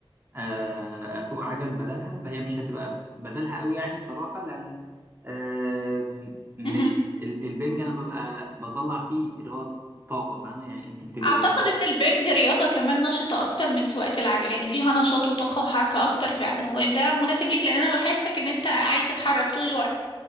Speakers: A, on the right; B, on the left.
A: آه، اسوق عجل بدلها ب- هي مش هتبقى بدلها قوي يعني الصراحه لان آم، مش
B: <laughs>
A: ال- البنج انا ببقى بطلع فيه اللي هو طاقه فاهمه يعني انت بتبقي
B: اعتقد
A: متضايقه
B: ان البنج رياضة كمان نشطة اكتر من سواقة العجل يعني فيها نشاط وطاقة وحركة اكتر فعلا وده مناسب ليك لان انا بحسك ان انت عايز تتحرك طول الوقت